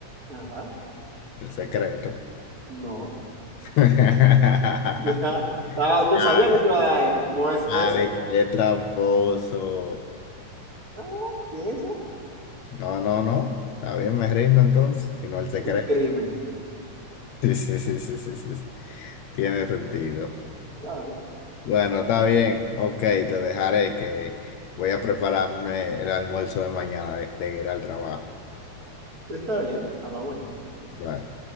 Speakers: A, on the right; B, on the left.
A: Ajá,
B: el secreto.
A: no.
B: <laughs>
A: <laughs> Ajá. Estaba- Yo
B: Ya,
A: sabía que tú ibas a dar esa. No es
B: Dale,
A: esa.
B: qué tramposo.
A: Ah, piensa.
B: No, no, no. Está bien, me rindo entonces, sino el secreto.
A: Un crimen.
B: Sí, sí, sí, sí, sí, sí. sí. Tiene sentido.
A: Claro,
B: Bueno, está bien. Ok, te dejaré que voy a prepararme el almuerzo de mañana de, de ir al trabajo.
A: está bien. A la mañana.
B: Bye.